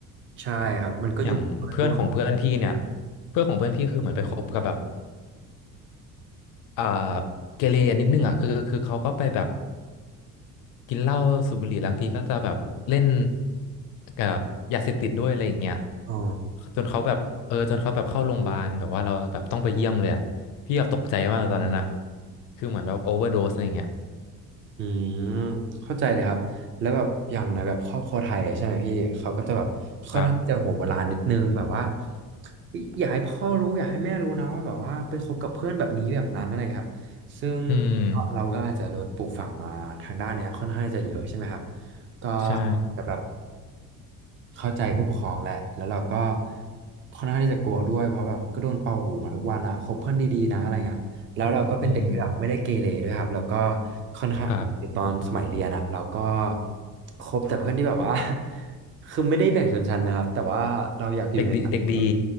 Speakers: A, on the right; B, on the left.
A: ใช่ครับมันก็อยู่กับเพื่อนด้วย
B: อย่างเพื่อนของเพื่อนพี่เนี่ยเพื่อนของเพื่อนพี่คือเหมือนไปคบกับแบบ เอ่อเกเรนิดนึงอ่ะคือคือเขาก็ไปแบบกินเหล้าสูบบุหรี่บางทีก็จะแบบเล่นกับยาเสพติดด้วยอะไรอย่างเงี้ย
A: อ๋อ
B: จนเขาแบบเออจนเขาแบบเข้าโรงพยาบาลแบบว่าเราแบบต้องไปเยี่ยมเลยอ่ะพี่แบบตกใจมากตอนนั้นอ่ะคือเหมือนแบบโอเวอร์โดสอะไรอย่างเงี้ย
A: อืมเข้าใจเลยครับแล้วแบบอย่างในแบบครอบครัวไทยอะใช่ไหมพี่เขาก็จะแบบค่อนข้างจะหัวโบราณนิดนึงแบบว่า
B: ครับ
A: อยอยากให้พ่อรู้อยากให้แม่รู้นะว่าแบบว่าไปคบกับเพื่อนแบบนี้แบบนั้นอะไรครับซึ่ง
B: อืม
A: ก็เราก็อาจจะโดนปลูกฝังมาทางด้านเนี้ยค่อนข้างที่จะเยอะใช่ไหมครับก็
B: ใช่
A: แต่แบบเข้าใจผู้ปกครองแหละแล้วเราก็ค่อนข้างที่จะกลัวด้วยเพราะแบบก็โดนเป่าหูมาทุกวันอะคบเพื่อนดีๆนะอะไรเงี้ย แล้วเราก็เป็นเด็กที่แบบไม่ได้เกเรด้วยครับแล้วก็
B: อืม
A: ค่อนข้างตอนสมัยเรียนอะเราก็
B: ครับ
A: คบแต่เพื่อนที่แบบว่า <laughs> คือไม่ได้แบ่งชนชั้นนะครับแต่ว่าเราอยากอยู่ในสังคมแบบ
B: เด็กดีเด็กดี